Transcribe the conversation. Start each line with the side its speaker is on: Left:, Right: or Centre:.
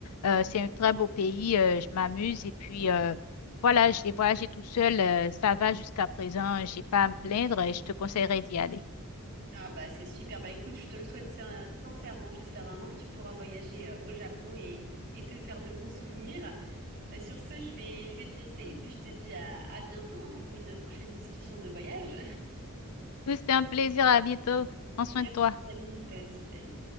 Left: Euh, c'est un très beau pays, euh, je m'amuse et puis... euh, voilà, j'ai voyagé tout seul, euh, ça va jusqu'à présent, j'ai pas à me plaindre et je te conseillerais d'y aller.
Right: Ah bah c'est super, bah écoute, je te le souhaite sin- sincèrement, j'espère vraiment que tu pourras voyager euh, au Japon et, et te faire de bons souvenirs. Bah, sur ce, je vais, je vais te laisser et puis je te dis à, à bientôt hein, pour une prochaine discussion de voyage.
Left: Oui, C'était un plaisir, à bientôt.
Right: <laughs>
Left: Prends
Right: Merci
Left: soin de toi.
Right: Saline, toi aussi Saline.